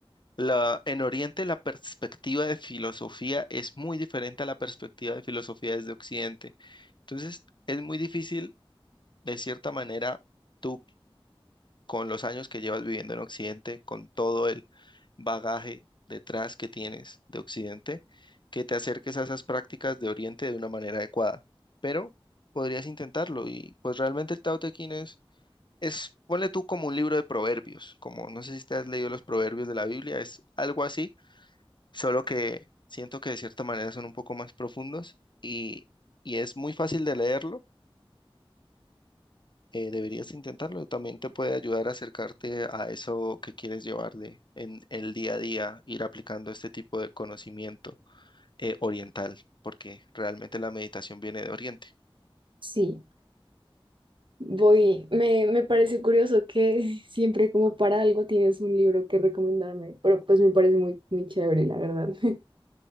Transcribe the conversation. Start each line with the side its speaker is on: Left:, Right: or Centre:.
Left: la, en Oriente la perspectiva de filosofía es muy diferente a la perspectiva de filosofía desde Occidente. Entonces, es muy difícil, de cierta manera, tú con los años que llevas viviendo en Occidente, con todo el bagaje detrás que tienes de Occidente, que te acerques a esas prácticas de Oriente de una manera adecuada. Pero podrías intentarlo y pues realmente el Tao Te Ching es, es, ponle tú como un libro de proverbios, como no sé si te has leído los proverbios de la Biblia, es algo así, solo que siento que de cierta manera son un poco más profundos y, y es muy fácil de leerlo eh, deberías intentarlo. También te puede ayudar a acercarte a eso que quieres llevar de en el día a día, ir aplicando este tipo de conocimiento eh, oriental, porque realmente la meditación viene de Oriente.
Right: Sí. Voy. Me, me parece curioso que siempre como para algo tienes un libro que recomendarme, pero pues me parece muy, muy chévere, la verdad. <laughs>